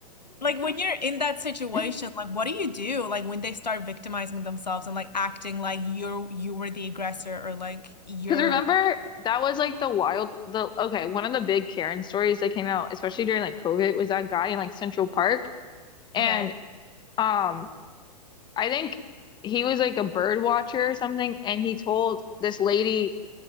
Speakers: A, on the left; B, on the left.
A: like when you're in that situation,
B: Because
A: like, what do you do? Like when they start victimizing themselves and like acting like you're, you were the aggressor or like you're,
B: remember, that was like the wild, the okay, one of the big Karen stories that came out, especially during like COVID, was that guy in like Central Park. And
A: okay.
B: um I think he was like a bird watcher or something, and he told this lady